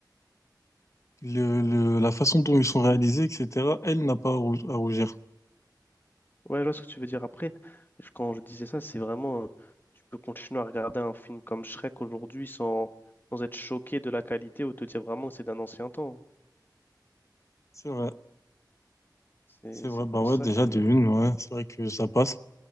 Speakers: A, on the left (about 40°); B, on the left (about 25°).
A: le, le- la façon dont ils sont réalisés, etc., elle n'a pas à, rou- à rougir.
B: Ouais, je vois ce que tu veux dire. Après, je- quand je disais ça, c'est vraiment, euh, tu peux continuer à regarder un film comme Shrek aujourd'hui sans, sans être choqué de la qualité ou te dire vraiment que c'est d'un ancien temps.
A: C'est vrai,
B: C'est,
A: c'est
B: c'est
A: vrai. Bah
B: plus
A: ouais,
B: ça
A: déjà
B: que...
A: de une, ouais, c'est vrai que ça passe.